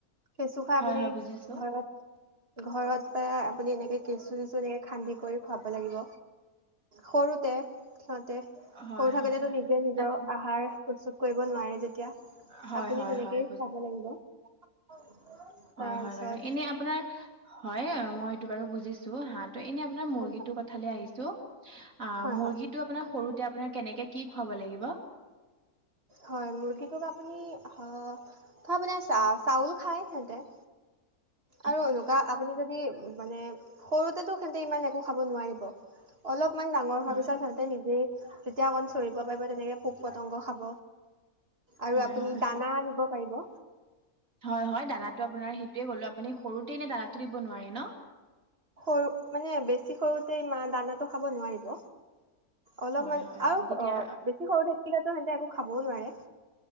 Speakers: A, on the right; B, on the right.
A: কেঁচু খাই
B: হয়,
A: আপুনি
B: হয় বুজিছোঁ।
A: ঘৰত- ঘৰত বা আপুনি এনেকে কেঁচু চেচু এনেকে খান্দি কৰি খুৱাব লাগিব। সৰুতে সিহতে
B: হয়,
A: সৰু থাকোতেতো
B: হয়।
A: নিজে নিজৰ
B: তাত
A: আহাৰ- প্ৰস্তুত কৰিব নোৱাৰে যেতিয়া
B: হয়,
A: আপুনি
B: হয়,
A: তেনেকৈয়ে
B: হয়
A: খুৱাব লাগিব। তাৰপিছত
B: হয়ঁ, হয়ঁ, বাৰু এনে আপোনাৰ হয়ঁ, মই এইটো বাৰু বুজিছো হাঁহটো এনে আপোনাৰ মুৰ্গীটো
A: হয়
B: কঠ ফালে আহিছো আহ
A: হয়
B: মুৰ্গীটো
A: হয়
B: আপোনাৰ সৰুতে আপোনাৰ কেনেকে কি খুৱাব লাগিব?
A: হয়ঁ, মুৰ্গীটোক আপুনি অঁ ধৰ চাউল খায় সিহঁতে।
B: <inaudible>
A: আৰু এনেকুৱা আপুনি যদি মানে সৰুতেতো সিঁহতে ইমান একো খাব নোৱাৰিব। অলপমান ডাঙৰ হোৱাৰ
B: হয়,
A: পিছত সিহঁতে নিজেই যেতিয়া অকন চৰিব পাৰিব তেনেকে পোক পতংগ খাব। আৰু
B: হয়,
A: আপুনি
B: হয়,
A: দানা আনিব পাৰিব।
B: হয়ঁ, হয়ঁ, দানাটো আপোনাৰ সেইটোয়ে কলো আপুনি সৰুতেই এনে দানাতো দিব নোৱাৰে ন?
A: সৰু মানে বেছি সৰুতে মানে দানাটো খাব নোৱাৰিব। অলপমান
B: হয়, হয় মানে
A: আৰু
B: তেতিয়া
A: অ', বেছি সৰু থাকিলেতো সিহঁতে একো খাবও নোৱাৰে।